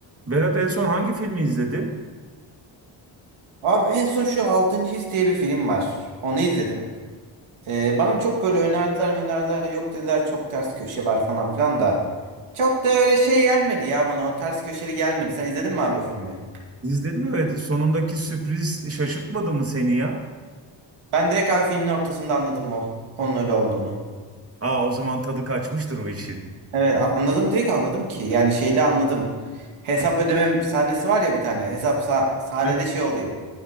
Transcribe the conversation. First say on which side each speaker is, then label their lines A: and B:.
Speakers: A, on the right; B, on the right.
A: Berat en son hangi filmi izledin?
B: Abi en son şu Altıncı His diye bir film var. Onu izledim. Ee, bana çok böyle önerdiler önerdiler yok dediler çok ters köşe var falan filan da. Çok da öyle şey gelmedi ya bana o ters köşeli gelmedi. Sen izledin mi abi bu filmi?
A: İzledim evet. Sonundaki sürpriz şaşırtmadı mı seni ya?
B: Ben direkt abi filmin ortasında anladım o. Onun öyle olduğunu.
A: Aa o zaman tadı kaçmıştır o işin.
B: Evet anladım direkt anladım ki. Yani şeyde anladım. Hesap ödeme sahnesi var ya bir tane. Hesap sa- sahnede
A: Evet.
B: şey oluyor.